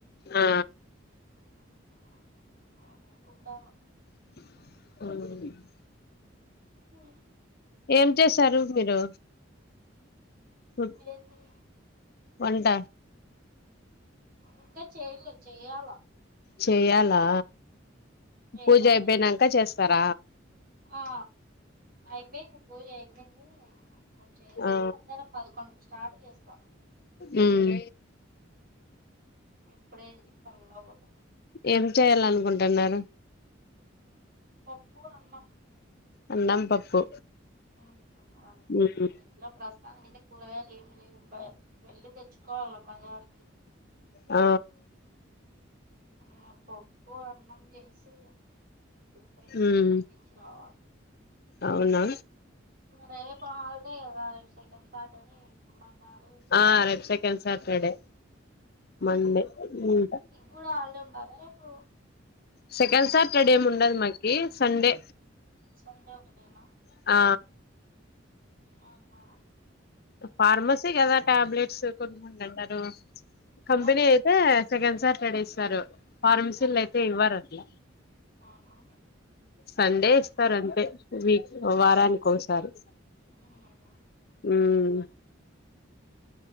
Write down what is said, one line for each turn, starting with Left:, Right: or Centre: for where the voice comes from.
Left: ఆ
Right: <inaudible> ఉమ్ కుట్టాల
Left: <unintelligible>
Right: ఆ
Left: ఏం చేసారు మీరు హుమ్
Right: ఏంది
Left: వంట
Right: ఇంక చెయలే చెయ్యాల
Left: చెయ్యాలా పూజ
Right: ఏదో
Left: అయిపోయినంక చేస్తార?
Right: ఆ అయిపోయింది పూజ అయిపోయింది పూజ చేస్తాం
Left: ఆ
Right: మధ్యాహ్నం పదకొండుకి స్టార్ట్ చేస్త
Left: ఉమ్
Right: ఇప్పుడే ఈ చల్లగ పోతము
Left: ఏం చేయాలనుకుంటున్నారు
Right: పప్పు అన్నం
Left: అన్నం పప్పు
Right: ఉమ్ అంతే
Left: ఉమ్
Right: ఇంట్ల ప్రస్తుతానికి ఐతే కూరగాయలు ఏమి లేవ్ బయటికి వెళ్ళలి తెచ్చుకోవాలి బజారుకి
Left: ఆ
Right: అ పప్పు అన్నం చేసి పెట్టి
Left: ఉమ్
Right: తినిపిచ్చి రావాల
Left: అవునా
Right: రేపు హాలిడే కద రేపు సెకండ్ సాటర్డే ఇమ్మన్నాడు
Left: ఆ రేపు సెకండ్ సాటర్డే మండే ఊమ్
Right: కూడ హాలిడే ఉంటాద రేపు
Left: సెకండ్ సాటర్డే ఏం ఉండదు మాకి సండే
Right: సండే ఒకటేనా
Left: ఆ
Right: ఆహా
Left: ఫార్మసీ కద టాబ్లెట్స్ కొన్ని అన్నరు కంపెనీ
Right: ఆ
Left: అయితే సెకండ్ సాటర్డే ఇస్తారు ఫార్మసీలో
Right: ఆ,
Left: అయితే ఇవ్వరు అట్ల
Right: అవునా
Left: సండే ఇస్తారు అంతే విక్ వారానికి ఒకసారి
Right: ఊమ్
Left: ఊమ్